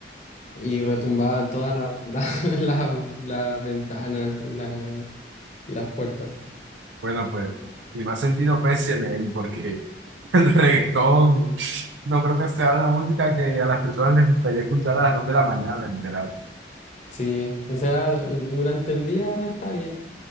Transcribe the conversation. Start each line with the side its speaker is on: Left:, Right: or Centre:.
Left: y retumbaban todas la- la- <laughs> la- las ventanas y, la, y las puertas.
Right: Bueno, pues, mi más sentido péseme ahí, porque <laughs> El reggaetón, no creo que sea una música que a las personas les gustaría escuchar a las 2 de la mañana, literal.
Left: Sí, o sea, el- durante el día está bien,